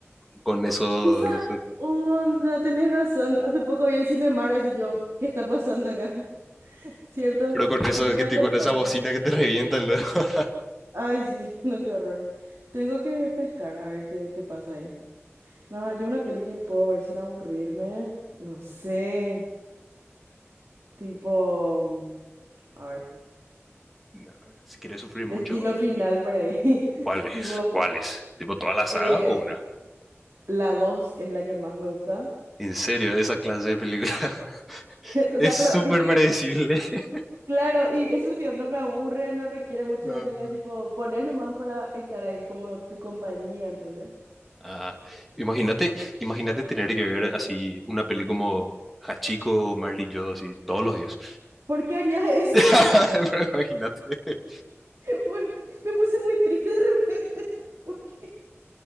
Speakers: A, in the centre; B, on the right.
A: con esos,
B: Esa onda, tenés razón, hace poco vi en Cinemark, así yo, ¿qué está pasando acá? <laughs> ¿Cierto?
A: pero con eso
B: Eh, Voy
A: que
B: a
A: te-
B: pescar.
A: con esa bocina que te revientan, ¿no? <laughs>
B: Ay, sí, <laughs> no, qué horror. Tengo que pescar a ver qué, qué pasa ahí. No, yo una peli que puedo ver sin aburrirme, no sé. Tipo, a ver,
A: No, si quieres sufrir
B: Destino
A: mucho,
B: Final por ahí. <laughs>
A: ¿cuáles?
B: Tipo,
A: ¿Cuáles? ¿Tipo toda la saga
B: eh,
A: o una?
B: la 2 es la que más me gusta.
A: En serio, esa clase de película <laughs>
B: O
A: es
B: sea,
A: súper
B: pero viste Sí.
A: predecible.
B: que,
A: <laughs>
B: claro, y eso lo digo, no me aburre, no requiere mucho
A: Ah,
B: de mí, es tipo poner nomás para estar ahí como tu compañía, ¿entendés?
A: Ah, imagínate, imagínate tener que ver así una peli como Hachiko, o Marley y yo, así todos los días.
B: ¿Por qué harías eso?
A: <laughs> Pero imagínate.
B: <laughs> Bol- Me puse muy triste de repente. ¿Por qué?